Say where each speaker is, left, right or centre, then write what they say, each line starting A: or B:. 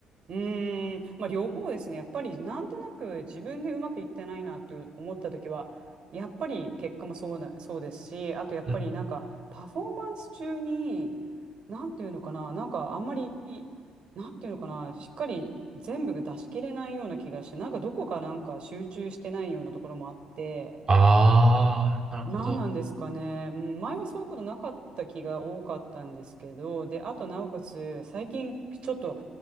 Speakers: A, on the right (about 55°); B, on the right (about 40°).
A: うーん、まあ、両方ですね。やっぱりなんとなく自分でうまくいってないなと思った時は、やっぱり結果もそうな、そうですし、あとやっぱりなんかパフォーマンス中に、
B: うん。
A: なんていうのかな、なんかあんまり、なんていうのかな、しっかり全部が出し切れないような気がして、なんかどこかなんか集中してないようなところもあって、
B: ああ、なるほど。
A: なんなんですかね、うん、前はそういうことなかった気が多かったんですけど、で、あとなおかつ、最近ちょっと